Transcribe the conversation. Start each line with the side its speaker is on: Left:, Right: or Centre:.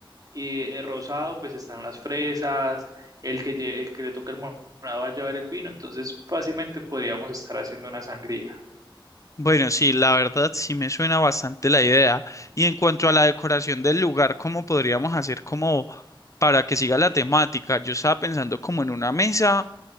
Right: Y el rosado, pues están las fresas. El que, lle- el que le toque el morado va a llevar el vino. Entonces fácilmente podríamos estar haciendo una sangría.
Left: Bueno, sí, la verdad sí me suena bastante la idea. Y en cuanto a la decoración del lugar, ¿cómo podríamos hacer como para que siga la temática? Yo estaba pensando como en una mesa